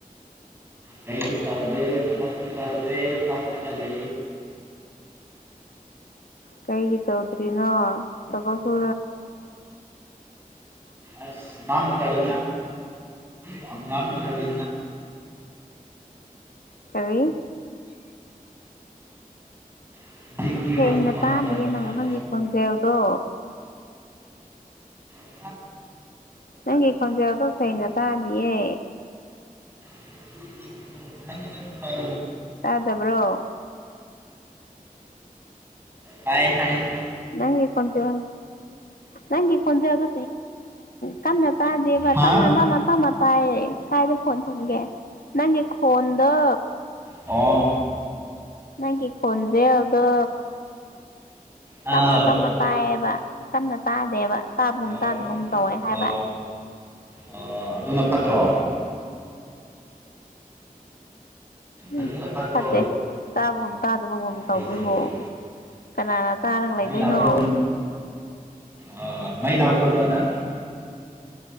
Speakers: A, on the right; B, on the left.
A: ꯀꯩꯁꯨ ꯇꯥꯎꯗꯦ ꯁꯃꯞꯁꯨ ꯇꯥꯎꯗꯦ ꯊꯥꯎꯝꯅ ꯆꯂ
B: ꯀꯩꯒꯤ ꯇꯧꯗ꯭ꯔꯤꯅꯣ ꯇ ꯁꯣ
A: ꯑꯁ ꯀꯔꯤ ꯍꯒꯥꯝꯗ꯭ꯔꯕꯤ
B: ꯀꯔꯤ
A: ꯍꯧꯖꯤꯛꯇꯤ
B: ꯁꯦꯡꯅ
A: ꯔꯦꯁ ꯇꯥꯏꯌꯦ
B: ꯇꯥꯗꯤꯌꯦ ꯅꯪ ꯅꯪꯒꯤ ꯈꯣꯟꯖꯦꯜꯗꯣ
A: ꯍ
B: ꯅꯪꯀꯖ ꯑꯦ ꯑꯗꯨꯣ ꯁꯩꯅ ꯇꯥꯗꯤꯦ
A: <unintelligible>
B: ꯇꯥꯗꯕ꯭ꯔꯣ
A: ꯇꯥꯏꯌꯦ ꯇꯌꯦ ꯊ
B: ꯅꯪ ꯈꯣꯟꯖꯦ ꯅꯪꯒꯤ ꯈꯣꯟꯖꯦꯗ ꯀ ꯇꯥꯗꯤꯦꯚꯥꯏ
A: ꯍꯥ
B: ꯇꯞꯃꯦ ꯇꯝ ꯇꯝ ꯇꯥꯏꯌꯦ ꯀꯥꯏꯗꯦ ꯐꯣꯟ ꯍꯪꯦ ꯅꯪꯦ ꯈꯣꯟꯣꯟꯗꯣ
A: ꯑꯣ
B: ꯅꯪꯒꯤ ꯈꯣꯟꯖꯦ ꯑꯗꯣ
A: ꯑꯥꯎ
B: ꯇꯝꯃ ꯇꯝꯃ ꯇꯥꯏꯌꯦꯕ ꯀꯟꯅ ꯇꯥꯗꯦꯕ ꯇꯥꯕꯒꯨꯝ
A: ꯑ
B: ꯇꯥꯗꯕꯒꯨꯝ ꯇꯧꯋꯦ ꯍꯥꯏꯕ
A: ꯑ ꯑ ꯑꯗꯨꯅ ꯐꯠꯇ꯭ꯔꯣ ꯑꯗꯨꯅ
B: ꯎꯝ
A: ꯐꯠꯇ꯭ꯔꯣ
B: ꯐꯠꯇꯦ ꯇꯥꯕꯒꯨꯝ ꯇꯥꯗꯕꯒꯨꯝ ꯇꯧꯕꯣꯏꯐꯥꯎ
A: ꯀꯩꯗꯧꯒꯦ
B: ꯀꯅꯥꯅ ꯇꯥꯔꯒ ꯂꯩꯗꯣꯏꯅꯣ
A: ꯃꯩ ꯂꯥꯛꯄ꯭ꯔꯣ ꯑ ꯃꯩ ꯂꯥꯛ ꯑꯣꯏ ꯅꯣ ꯇ